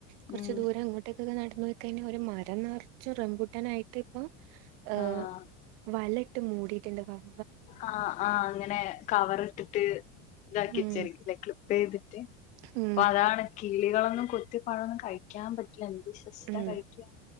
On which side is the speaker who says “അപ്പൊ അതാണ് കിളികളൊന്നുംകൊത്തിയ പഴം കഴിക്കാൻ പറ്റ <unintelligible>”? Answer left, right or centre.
Left